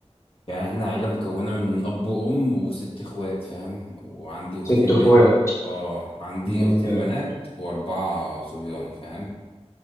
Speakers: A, on the left; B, on the left.
A: يعني احنا عيلة مكونة من أب وأم وست إخوات فاهم وعندي أختين
B: ست إخوات
A: بنت اه عندي
B: الله
A: أختين
B: مبارك
A: بنات وأربعة صبيان فاهم